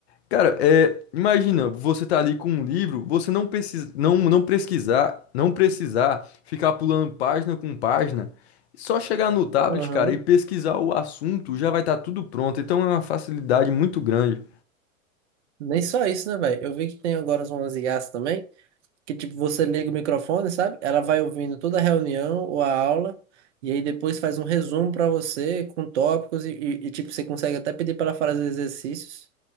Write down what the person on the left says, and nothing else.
Cara, é, imagina, você tá ali com um livro, você não precisa, não, não pesquisar, não precisar ficar pulando página com página, só chegar no tablet,
cara, e pesquisar o assunto, já vai estar tudo pronto. Então é uma facilidade muito grande.